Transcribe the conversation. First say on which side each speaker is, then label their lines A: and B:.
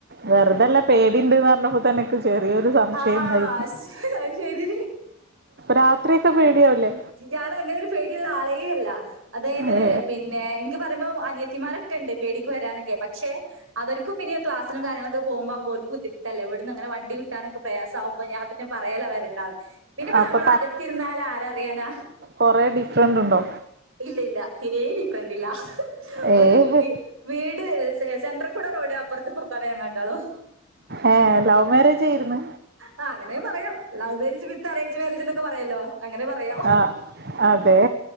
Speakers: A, on the right; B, on the right.
A: വെറുതല്ല പേടീണ്ട്ന്ന് പറഞ്ഞപ്പോ തന്നെ എനക്ക് ചെറിയൊരു സംശയം
B: ആഹ്
A: ഉണ്ടായി
B: അത് ശരി
A: രാത്രിയൊക്കെ പേടിയാവൂല്ലേ
B: ഇയാള് അങ്ങനൊരു പേടിയുള്ള ആളേയല്ല അതായത്
A: ഏ
B: പിന്നെ എനിയ്ക്ക് പറയുമ്പോ അനിയത്തിമാരൊക്കെ ഉണ്ട് പേടിക്ക് വരാനൊക്കെ പക്ഷെ അവർക്കും പിന്നെ ക്ലാസിനും കാര്യങ്ങളും ഒക്കെ പോകുമ്പോ ആവുമ്പോ ഓര്ക്ക് ബുദ്ധിമുട്ടല്ലേ ഇവടന്ന് അങ്ങനെ വ വണ്ടി കിട്ടാനൊക്കെ പ്രയാസ ആകുമ്പോ ഞാൻ പിന്നെ പറയലാ വരേണ്ട പിന്ന ഇപ്പ
A: അപ്പൊ
B: നമ്മള് അകത്തിരുന്നാലും ആര് അറിയാനാ
A: കൊറേ ഡിഫറന്റ് ഉണ്ടോ
B: ഇല്ല ഇല്ല തീരെ ഡിഫറന്റ് ഇല്ല
A: ഏ
B: ഒരു വീട് സെന്റർ കൂടെ റോഡ് അപ്പുറത്ത് ഇപ്പുറത്തും ആണ് ഞാങ്ങൾ രണ്ടാളും
A: ഏ ലവ് മാരേജ് ആയിരുന്ന്
B: ആ അങ്ങനെയും പറയാം ലവ് മേ മേരേജ് വിത്ത് അറേഞ്ച് മാരേജ് എന്നൊക്കെ പറയല്ലോ അങ്ങനെ പറയാ
A: ആ അതെ